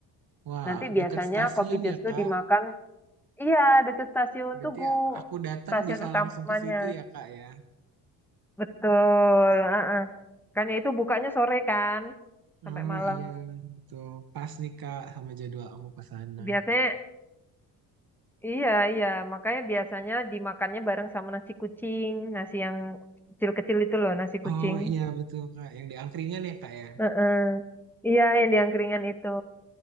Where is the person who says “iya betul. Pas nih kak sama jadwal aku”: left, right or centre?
Right